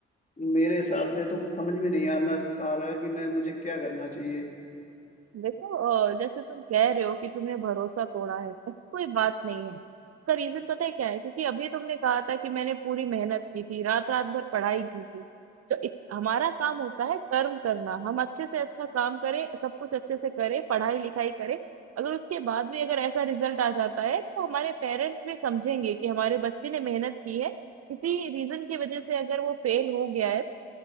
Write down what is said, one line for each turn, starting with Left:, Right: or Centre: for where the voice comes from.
Left: मेरे हिसाब से तो समझ में नहीं आना आ रहा कि मैं मुझे क्या करना चाहिए
Right: देखो अ, जैसे तुम कह रहे हो कि तुमने भरोसा तोड़ा है ऐसी कोई बात नहीं है इसका रीजन पता है क्या है क्योंकि अभी तुमने कहा था कि मैंने पूरी मेहनत की थी रात रात भर पढ़ाई की थी तो इत, हमारा काम होता है कर्म करना हम अच्छे से अच्छा काम करें सब कुछ अच्छे से करें पढ़ाई लिखाई करें अगर उसके बाद भी अगर ऐसा रिजल्ट आ जाता है तो हमारे पेरेंट्स भी समझेंगे कि हमारे बच्चे ने मेहनत की है किसी रीजन की वजह से अगर वो फेल हो गया है